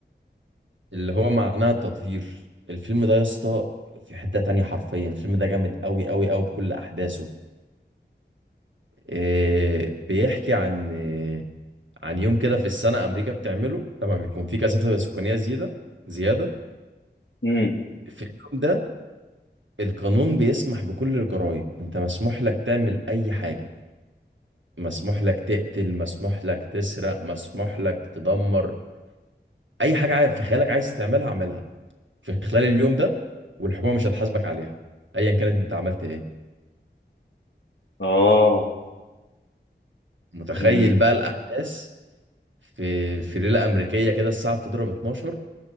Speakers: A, on the right (about 85°); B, on the left (about 75°).
A: اللي هو معناه التطهير الفيلم ده يا اسطى في حته تانية حرفيا الفيلم ده جامد قوي قوي قوي بكل احداثه آه، بيحكي عن آه، عن يوم كده في السنه امريكا بتعمله لما بيكون في كثافه سكانيه زياده زياده
B: مم.
A: في اليوم ده القانون بيسمح بكل الجرائم انت مسموح لك تعمل اي حاجة مسموح لك تقتل مسموح لك تسرق مسموح لك تدمر اي حاجة عا- في خيالك عايز تعملها اعملها في خلال اليوم ده والحكومة مش هتحاسبك عليها ايا كانت انت عملت ايه
B: أه
A: متخيل
B: مم.
A: بقى الاحداث في في ليلة امريكية كده الساعة بتضرب 12